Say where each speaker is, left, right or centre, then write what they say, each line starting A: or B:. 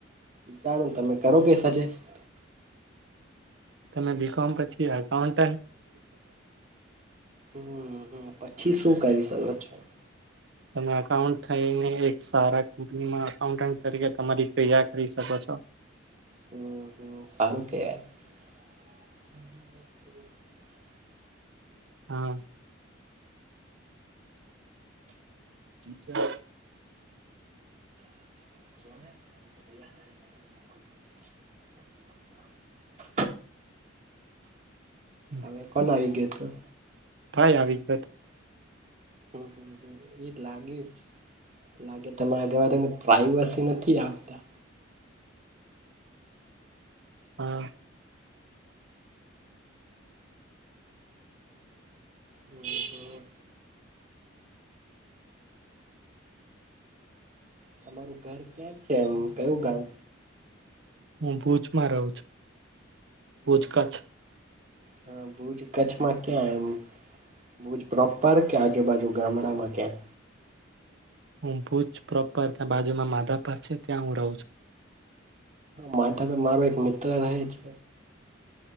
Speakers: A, on the right; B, on the right.
A: વિચારો તમે કરો કે સજેસ્ટ
B: તમે બીકોમ પછી એકાઉન્ટ
A: હુમ હુમ પછી શું કરી હવે -
B: તમે અઉન્ટ થઈને એક સારા કંપનીમાં એકાઉન્ટન્ટ તરીકે તમારી ક્રિયા કરી શકો છો.
A: હમ સારું કેવાય <inaudible>
B: હા ફ્યુચર
A: <inaudible> હવે
B: <inaudible>
A: કોણ આવી ગયું તું
B: કઈ આવી <unintelligible>
A: હમ હમ હમ એ લાગે જ લાગે તમારા ઘરમાં તમને પ્રાઈવસી નથી આપતા.
B: હા
A: હમ હમ તમારું ઘર ક્યાં છે એમ કયું ગામ
B: હું ભુજમાં રહું છું ભુજ કચ્છ.
A: હ ભુજ કચ્છમાં ક્યાં એમ? બુજ પ્રોપર કે આજુબાજુ ગામડામાં ક્યાં
B: હું ભુજ પ્રોપર ત્યાં બાજુમાં માધાપ છે ત્યાં હું રહું છું
A: માતા મારો એક મિત્ર રહે છે